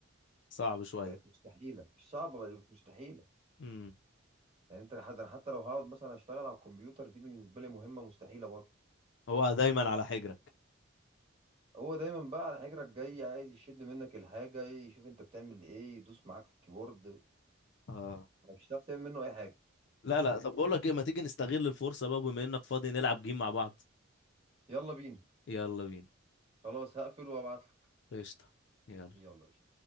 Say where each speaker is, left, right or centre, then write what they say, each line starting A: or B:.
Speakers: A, on the left; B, on the right.
A: صعب شويه
B: بقت مستحيله مش صعبه بقت مستحيله
A: امم
B: يعني انت حد انا حتى لو هقعد مثلا اشتغل على الكمبيوتر دي بالنسبه لي مهمه مستحيله برضه
A: هو دايما على حجرك
B: هو دايما بقى على حجرك جاي عايز يشد منك الحاجة يشوف انت بتعمل ايه يدوس معاك في الكيبورد
A: اه
B: مش هتعرف تعمل منه اي حاجة
A: لا لا طب بقول لك ايه ما تيجي نستغل الفرصه بقى بما انك فاضي نلعب جيم مع بعض
B: يلا بينا
A: يلا بينا
B: خلاص هقفل وابعتلك
A: قشطه يلا.
B: يلا يا شيخ.